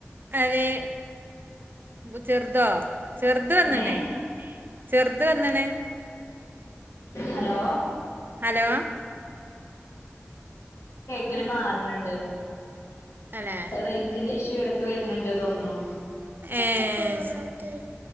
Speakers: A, on the right; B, on the left.
A: അതെ വു ചെറുതോ ചെറുത് വന്ന്ണ്
B: ഏഹ്
A: ചെറുത് വന്ന്ണ്
B: ഹലോ
A: ഹലോ
B: <unintelligible> മാറണണ്ട്
A: അല്ലെ
B: റേജിന്റെ ഇഷ്യു ഇടക്ക് വര്ണ്ണ്ട് തോന്ന്ണു
A: ഏഹ് ശരി